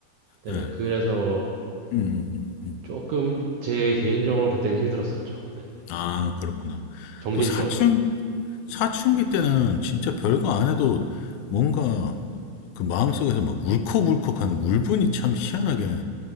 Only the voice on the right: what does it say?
네네.
그래서
조금 제 개인적으로는 그때는 힘들었었죠. 네.
정신적으로,
네.